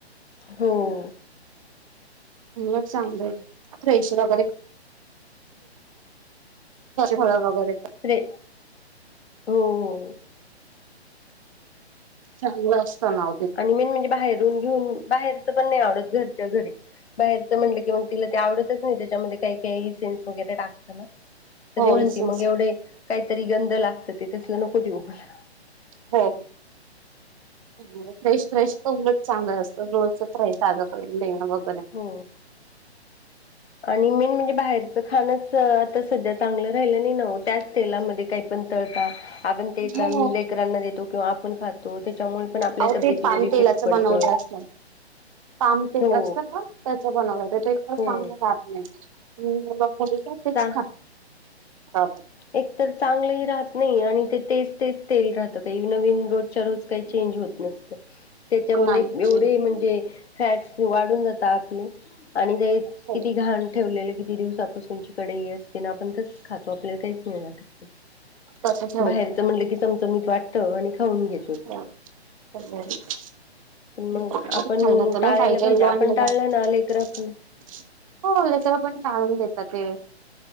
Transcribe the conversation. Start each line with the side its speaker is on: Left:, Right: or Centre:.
Left: हो
Right: मी एक चांगलंय फ्रेशर वगैरे ळ वगैरे
Left: प्रे हो
Right: चांगलं असत ना
Left: आणि मेन म्हणजे बाहेरून घेऊन बाहेरचं पण नाही आवडत घरच्या घरी बाहेरच म्हणलं की मग तिला ते आवडतच नाही त्याच्यामध्ये काही काही सेन्स वगैरे टाकतना त
Right: हो
Left: ते म्हणते
Right: इसेन्स
Left: मग एवढे काहीतरी गंध लागत ते तसला नको देऊ मला
Right: हो फ्रेश फ्रेश तर उलच चांगलं असतं रोजच फ्राश तजा करून देणं बघ
Left: हो आणि मेन म्हणजे बाहेरचं खाणच आता सध्या चांगलं राहिलं नाही नव्हत त्याच तेलामध्ये काही पण तळता आपण ते
Right: हो
Left: बेकरांना देतो किंवा आपण खातो त्याच्यामुळे पण आपल्या
Right: अहो
Left: तब्यतीवर
Right: ते पाम
Left: इफेक्ट
Right: तेलाच
Left: पडतोय
Right: बनवलं असतं. पाम तेल
Left: हो
Right: असतं का त्याच बन एक
Left: हो
Right: सांग जात नाही मग मुली तेच
Left: चा
Right: खात ह
Left: एक तर चांगलंही राहत नाही आणि ते तेच तेच तेल राहत का नवीन रोजच्या रोज काही चेंज होत नसत त्याच्यामध्ये
Right: नाईटचे
Left: एवढे म्हणजे फॅट्स वाढून जातात आपले आणि ते
Right: हो
Left: किती घाण ठेवलेले किती दिवसापासूनच्यािकडे हे असते ना आपण तरच खातो आपल्याला काही बाहेरच
Right: तसं ठेवतो.
Left: म्हटलं की चमच मीत वाटत आणि खाऊन घेत
Right: हा च खल्त
Left: पण मग
Right: नाही
Left: आपण टाळायला
Right: पाहिट
Left: पाहिजे आपण टाळलं
Right: लोला
Left: ना लेकर आपण
Right: होच्याला पण टाळून देतात ते